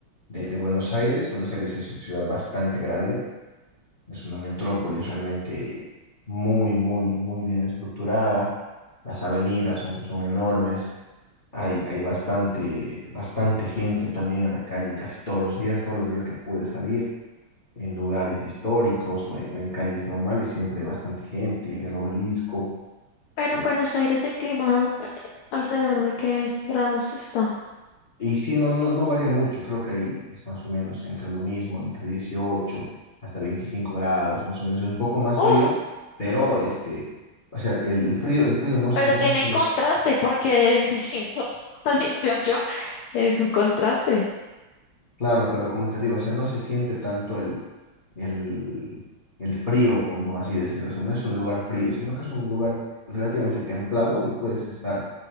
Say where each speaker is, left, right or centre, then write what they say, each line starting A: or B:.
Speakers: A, on the left; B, on the left.
A: de, de Buenos Aires. Buenos Aires es una ciudad bastante grande, es una metrópolis realmente muy, muy, muy bien estructurada. Las avenidas son, son enormes. Hay, hay bastante, bastante gente también en la calle casi todos los días, todos los días que pude salir en lugares históricos o en, o en calles normales, siempre hay bastante gente, en el obelisco.
B: Pero
A: eh,
B: en Buenos Aires el clima eh, alrededor de qué es- grados está.
A: y sí, no, no, no varía mucho, creo que ahí es más o menos entre lo mismo, entre 18 hasta 25 grados, más o menos, es un poco más
B: Uf,
A: frío, pero este, o sea, el, el frío, el frío no se,
B: pero
A: no
B: tiene
A: se los,
B: contraste porque de 25 <laughs> a 18 es un contraste.
A: claro, pero como te digo, o sea, no se siente tanto el, el, el frío, como así decirlo, o sea, no es un lugar frío, sino que es un lugar relativamente
B: Sí.
A: templado, donde puedes estar